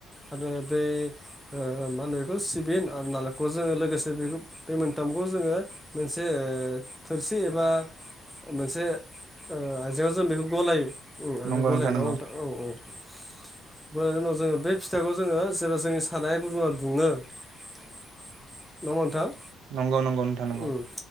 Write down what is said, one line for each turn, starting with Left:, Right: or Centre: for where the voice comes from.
Centre: आरो बे ओ मा होनो बेखौ सिबिन आरो नालें खौ जोङो लोगोसे बे बे मोनथामखौ जोङो मोनसे ओ थोरसि एबा मोनसे ओ आइजेंआव जों बेखौ गलायो उम
Right: नंगौ
Centre: गलायो नङा
Right: नंगौ
Centre: होमबा नोंथां औ औ। <inaudible> बोनि उनाव जोङो बे फिथाखौ जोङो जेब्ला जोंनि साराय गुदुंआ दुङो नङा होमबा नोंथां।
Right: नंगौ नंगौ नोंथां नंगौ।
Centre: उम